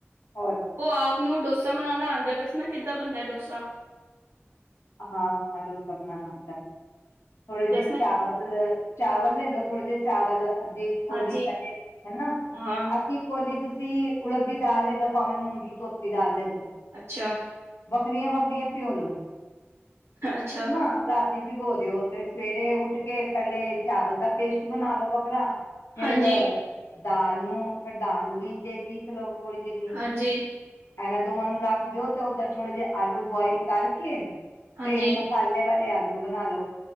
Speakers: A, on the left; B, on the right.
A: ਹੋਰ
B: ਉਹ ਆਪ ਨੂੰ ਡੋਸ ਡੋਸਾ ਮਨਉਣਾ ਆਉਂਦਾ ਦੱਸਣਾ ਕਿੱਦਾਂ ਬੰਦਾ ਡੋਸਾ
A: ਹਾਂਨਾ ਥੋੜੇ ਜਿਹੇ
B: ਦੱਸਣਾ
A: ਚਾਵਲ ਚਾਵਲ ਲੈ ਲਓ ਥੋੜੇ ਜੇ ਚਾਵਲ ਅੱਧੀ ਕੋਲੀ
B: ਹਾਂਜੀ
A: ਪਹਿਲੇ ਹਨਾ
B: ਹਾਂ
A: ਅੱਧੀ ਕੋਲੀ ਤੁਸੀਂ ਸੀ ਉਲਦੀ ਦਾਲ ਲੈਂਦਾ ਭਾਵੇਂ ਮੂੰਗੀ ਧੋਤੀ ਦਾਲ ਲੈਂਦਾ
B: ਅੱਛਾ
A: ਬੱਕਰੀਆਂ ਵੱਕਰੀਆਂ ਪਿਓ ਲਵ
B: ਅੱਛਾ
A: ਨਾ ਰਾਤੀ ਭਗੋ ਦਿਓ ਤੇ ਸਵੇਰੇ ਉੱਠ ਕੇ ਪਹਿਲੇ ਚਾਵਲ ਦਾ ਪੇਸਟ ਬਣਾ ਲੋ ਵੱਖਰਾ ਫੇਰ
B: ਹਾਂਜੀ
A: ਦਾਲ ਨੂੰ ਫਿਰ ਦਾਲ ਨੂੰ ਵੀ ਜੇ ਪੀਸ ਲੋਓ ਬੋੜੀ ਜਿੰਨੀ
B: ਹਾਂਜੀ
A: ਇਹਨਾਂ ਦੋਵਾਂ ਨੂੰ ਰੱਖ ਦਿਓ ਤੇ ਉੱਧਰ ਥੋੜੇ ਜਿਹੇ ਆਲੂ ਬੋਇਲ ਕਰਕੇ
B: ਹਾਂਜੀ
A: ਤੇ ਮਸਾਲੇ ਵਾਲੇ ਆਦ ਆਲੂ ਬਣਾ ਲ ਲੋ